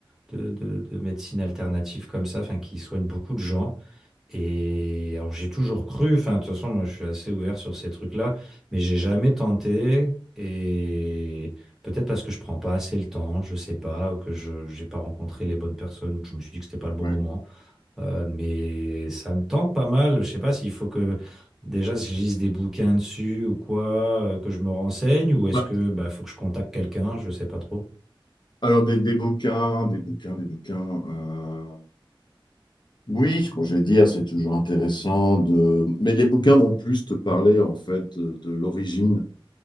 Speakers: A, in the centre; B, on the left.
A: de, de, de médecine alternative comme ça, enfin, qui soigne beaucoup de gens. Et alors j'ai toujours cru, enfin de toute façon moi je suis assez ouvert sur ces trucs-là, mais j'ai jamais tenté et peut-être parce que je prends pas assez le temps, je sais pas, ou que je j'ai pas rencontré les bonnes personnes, ou que je me suis dit que c'était pas le bon
B: Ouais.
A: moment. Euh, mais ça me tente pas mal, je sais pas s'il faut que déjà si je lise des bouquins dessus ou quoi, euh, que je me renseigne, ou est-ce
B: Bah,
A: que bah faut que je contacte quelqu'un, je sais pas trop.
B: alors des, des bouquins, des bouquins, des bouquins. euh, Oui, bon, je vais dire, c'est toujours intéressant de. Mais les bouquins vont plus te parler en fait de, de l'origine